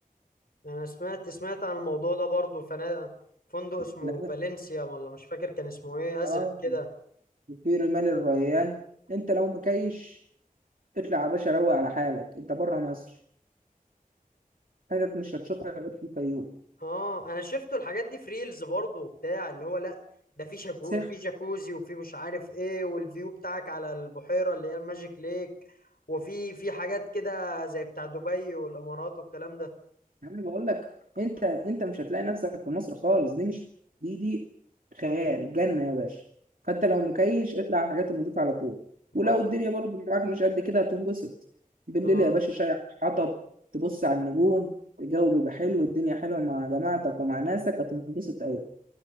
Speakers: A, on the left (about 90°); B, on the right (about 70°).
A: انا سمعت سمعت عن الموضوع ده برضو فنا فندق اسمه
B: لا-
A: فالنسيا ولا مش فاكر كان اسمه ايه ازرق
B: اه
A: كده
B: في رمال الريان انت لو مكيش اطلع يا باشا روق على حالك انت بره مصر حتت مش هتشوفها غير في الفيوم
A: اه انا شفته الحاجات دي في ريلز برضه وبتاع اللي هو لا ده في شاكو
B: سح
A: في جاكوزي وفي مش عارف ايه والفيو بتاعك على البحيرة اللي هي الماجيك ليك وفي في حاجات كده زي بتاع دبي والامارات والكلام ده
B: انا بقول لك انت انت مش هتلاقي نفسك في مصر خالص دي مش دي دي خيال جنة يا باشا فانت لو مكيش اطلع على الحاجات النضيفة على طول ولو
A: ماشي
B: الدنيا برضه معاك مش قد كده هتنبسط بالليل
A: اه
B: يا باشا شاي حطب تبص على النجوم الجو بيبقى حلو الدنيا حلوة مع جماعتك ومع ناسك هتنبسط أوي